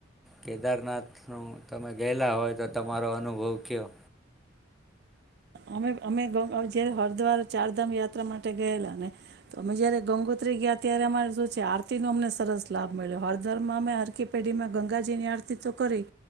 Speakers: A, in the centre; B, on the right (about 55°).
A: કેદારનાથનું તમે ગયેલા હોય તો તમારો અનુભવ કયો.
B: અમે અમે જયારે હરિદ્વાર ચારધામ યાત્રા માટે ગયેલા ને તો, અમે જયારે ગંગોત્રી ગયા ત્યારે અમારે શું છે આરતી નો અમને સરસ લાભ મળ્યો. ધર માં આરકે પેઢી માં ગંગાજીની આ તો કરી,